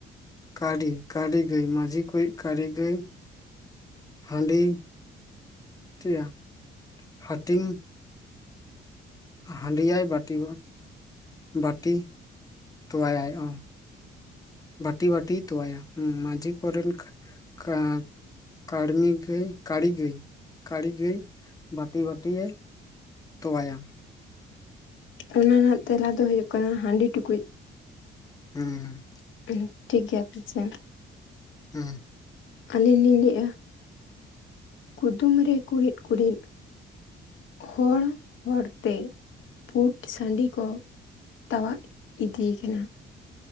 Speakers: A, on the left; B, on the left.
A: ᱠᱟᱹᱟᱹᱨᱤ ᱠᱟᱹᱨᱤ ᱜᱟᱹᱭ ᱢᱟᱹᱡᱷᱤ ᱠᱩᱭᱤᱡ ᱠᱟᱹᱟᱹᱨᱤ ᱜᱟᱹᱭ ᱦᱟᱺᱰᱤ ᱴᱤᱭᱟ ᱦᱟᱹᱴᱤᱧ ᱦᱟᱸᱰᱤᱭᱟᱭ ᱵᱟᱹᱴᱤ ᱵᱟᱹᱴᱤ ᱛᱚᱣᱟ ᱭᱟᱭ ᱾ ᱵᱟᱹᱴᱤ ᱵᱟᱹᱴᱤᱭ ᱛᱚᱣᱟᱭᱟ ᱦᱩᱸ ᱢᱟᱹᱡᱷᱤ ᱠᱚᱨᱮᱱ ᱠᱟ ᱠᱟᱹᱲᱢᱤ ᱜᱟᱹᱭ ᱠᱟᱹᱲᱤ ᱜᱟᱹᱭ ᱠᱟᱹᱲᱤ ᱜᱟᱹᱭ ᱵᱟᱹᱴᱤ ᱵᱟᱹᱴᱤ ᱭᱮ ᱛᱚᱣᱟᱭᱟ ᱾
B: ᱚᱱᱟ ᱨᱮᱱᱟᱜ ᱛᱮᱞᱟ ᱫᱚ ᱦᱩᱭᱩᱜ ᱠᱟᱱᱟ ᱦᱟᱺᱰᱤ ᱴᱩᱠᱩᱡ ᱾
A: ᱦᱩᱸ ᱦᱩᱸ ᱾
B: <unintelligible> ᱴᱷᱤᱠ ᱜᱮᱭᱟ <unintelligible>
A: ᱦᱩᱸ ᱾
B: ᱟᱹᱞᱤᱧ ᱞᱤᱧ ᱞᱟᱹᱭᱮ-ᱟ ᱾ ᱠᱩᱫᱩᱢ ᱨᱮ ᱠᱩᱲᱤᱫ ᱠᱩᱲᱤᱫ ᱦᱚᱲ ᱦᱚᱲ ᱛᱮ ᱯᱩᱰ ᱥᱟᱺᱰᱤ ᱠᱚ ᱛᱟᱣᱟᱜ ᱤᱫᱤᱭᱮ ᱠᱟᱱᱟ ᱾